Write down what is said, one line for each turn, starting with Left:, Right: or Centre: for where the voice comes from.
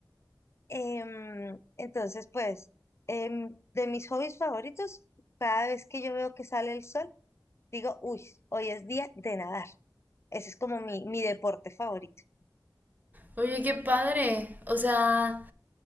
Left: Em, entonces, pues, em, de mis hobbies favoritos, cada vez que yo veo que sale el sol, digo, uy, hoy es día de nadar. Ese es como mi, mi deporte favorito.
Right: Oye, qué padre. O sea,